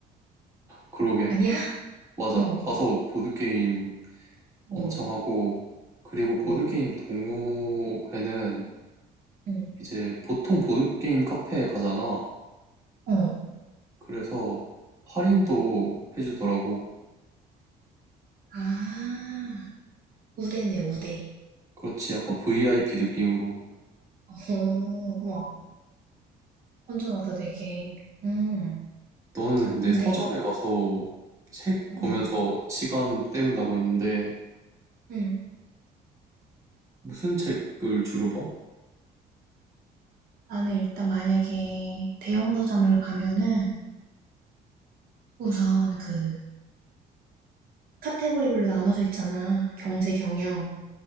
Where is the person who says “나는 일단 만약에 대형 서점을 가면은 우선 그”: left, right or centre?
Right